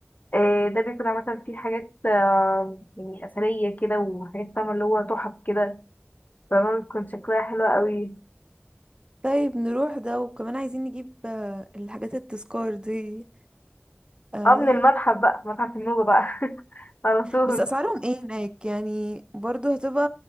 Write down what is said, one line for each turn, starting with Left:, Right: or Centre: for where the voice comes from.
Left: آه، ده بيكون عامة فيه حاجات آه، يعني أثرية كده وحاجات فاهمة اللي هو تحف كده فاهمة بتكون شكلها حلو قوي
Right: طيب نروح ده وكمان عايزين نجيب آه، الحاجات التذكار دي آه،
Left: اه من المتحف بقى متحف النوبة بقى <laughs> على طول
Right: بس اسعارهم ايه هناك يعني برضو هتبقى